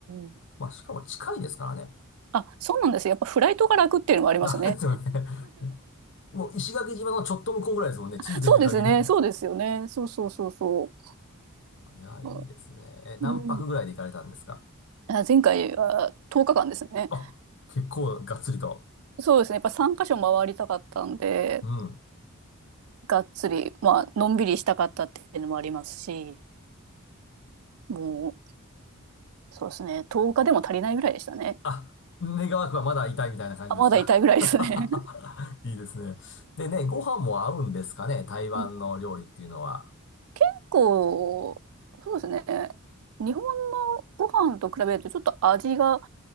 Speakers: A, on the right (about 75°); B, on the left (about 55°).
A: ん。
B: まあ、しかも近いですからね。
A: あ、そうなんですよ。やっぱフライトが楽っていうのもありますね。
B: <laughs> なんですよね。もう石垣島のちょっと向こうぐらいですもんね。
A: <laughs>
B: 地図で見る限り。
A: そうですね。そうですよね。そうそうそうそ
B: あ、じゃあいいですね。
A: う。
B: え、何泊ぐらいで行かれたんですか
A: うん。あ、前回は10日間ですね。
B: あ、結構がっつりと。
A: そうですね。やっぱ3カ所回りたかったんで、
B: うん。
A: がっつり、まあ、のんびりしたかったっていうのもありますし、もう、そうですね。10日でも足りないぐらいでしたね。
B: あ、願わくはまだ痛いみたいな感じですか
A: あ、まだ痛いぐらいですね。
B: <laughs> いいですね。でね、ご飯も合うんですかね台湾の料理っていうのは。
A: <laughs> うん結構、そうですね。日本のご飯と比べるとちょっと味が